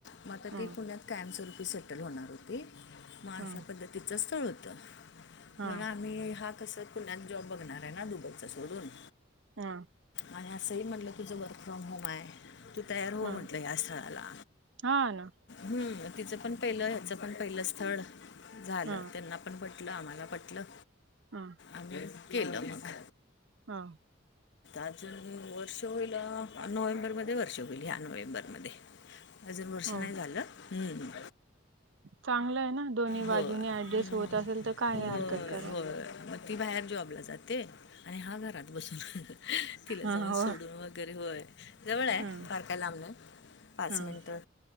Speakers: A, on the left; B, on the right.
A: मग आता
B: ह
A: ती पुण्यात कायमस्वरूपी सेटल होणार होती मग अशा
B: ह
A: पद्धतीचं स्थळ होतं.
B: ह
A: मग आम्ही हा कसं पुण्यात जॉब बघणारे ना दुब‌ईचा सोडून.
B: हा.
A: आणि असंही म्हटलं तुझं वर्क फ्रॉम होम आहे, तु तयार हो
B: ह
A: म्हंटलं या स्थळाला.
B: हा ना.
A: हम्म, म तिचं पण पहिलं ह्याच पण पहिलं स्थळ झालं
B: ह
A: त्यांना पण पटलं, आम्हाला पटलं.
B: हा,
A: आम्ही केलं मग.
B: हा,
A: अजून अं वर्ष होईल नोव्हेंबरमध्ये वर्ष होईल, ह्या नोव्हेंबरमध्ये. अजून वर्ष
B: हो
A: नाही झालं, हम्म.
B: चांगलं आहे ना दोन्ही बाजूने
A: होय
B: ऍडजस्ट
A: हम्म,
B: होत असेल तर, काय
A: होय
B: आहे हरकत कराय
A: होय मग ती बाहेर जॉबला जाते, आणि हा घरात बसून तिला
B: हा
A: जाऊन
B: हो
A: सोडून वगैरे होय जवळं आहे
B: हम्म
A: फार काय लांब नाही, पाच
B: हम्म
A: मिनटं